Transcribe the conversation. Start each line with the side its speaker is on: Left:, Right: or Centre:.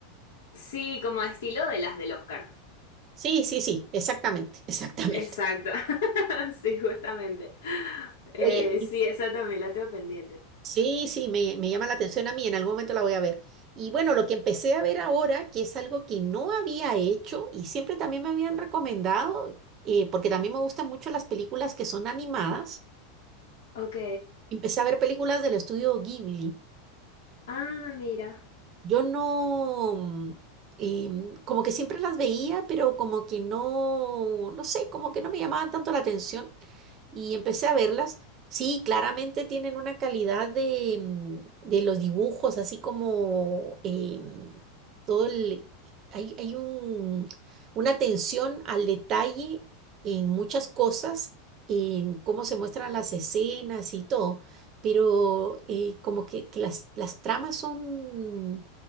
Left: sí, como de estilo de las del Oscar.
Right: Sí, sí, sí, exactamente, <laughs> exactamente.
Left: Exacto. <laughs> Sí, justamente. Eh,
Right: Oye, y-
Left: sí, esa también la tengo pendiente.
Right: sí, sí, me, me llama la atención a mí, en algún momento la voy a ver. Y bueno, lo que empecé a ver ahora, que es algo que no había hecho y siempre también me habían recomendado, eh, porque también me gustan mucho las películas que son animadas,
Left: Ok.
Right: empecé a ver películas del estudio Ghibli.
Left: Ah, mira.
Right: Yo no, em, como que siempre las veía, pero como que no, no sé, como que no me llamaban tanto la atención y empecé a verlas. Sí, claramente tienen una calidad de, mm, de los dibujos, así como em, todo el... Hay, hay un, una atención al detalle en muchas cosas, en cómo se muestran las escenas y todo, pero eh, como que, que las, las tramas son